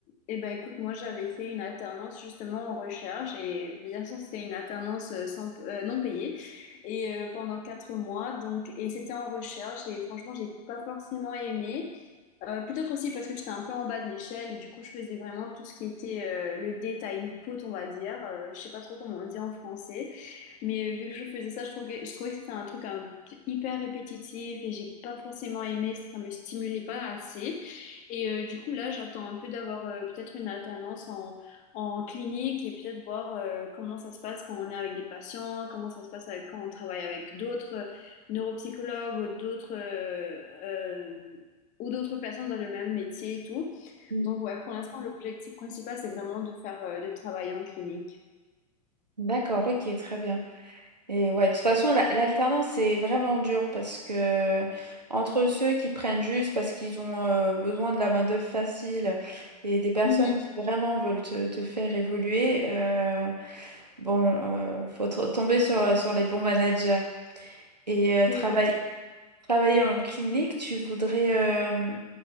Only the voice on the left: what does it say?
eh ben, écoute, moi, j'avais fait une alternance justement en recherche et bien sûr, c'était une alternance euh, sans, euh, non payée et euh, pendant quatre mois. Donc, et c'était en recherche et franchement, j'ai pas forcément aimé. Euh, peut-être aussi parce que j'étais un peu en bas de l'échelle et du coup je faisais vraiment tout ce qui était euh, le détail une pote on va dire. Euh, je sais pas trop comment on le dit en français. Mais euh, vu que je faisais ça, je trouvais, je trouvais que c'était un truc un- hyper répétitif et j'ai pas forcément aimé, ça me stimulait pas assez. Et euh, du coup, là, j'attends un peu d'avoir euh, peut-être une alternance en, en clinique et peut-être voir euh, comment ça se passe quand on est avec des patients, comment ça se passe avec- quand on travaille avec d'autres euh, neuropsychologues ou d'autres euh, euh, ou d'autres personnes dans le même métier et tout.
Donc, ouais, pour l'instant, l'objectif principal, c'est vraiment de faire, euh, de travailler en clinique.
Mhm.
Exactement.